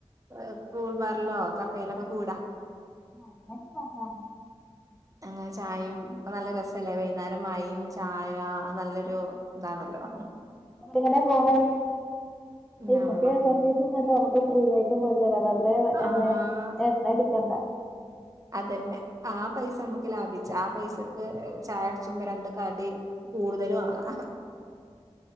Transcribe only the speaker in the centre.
ആഹ് അങ്ങനയൊക്കെ നോക്കാം
അപ്പ എങ്ങനെയാ പോണെ
ഇപ്പൊ പ്രിയദർശിണ്ടല്ലോ നമ്മക്ക് ഫ്രീ ആയി ട്ട് പോയിട്ട് വരാം വെറുതെ
എണ്ണ എണ്ണ അടിക്കണ്ടാ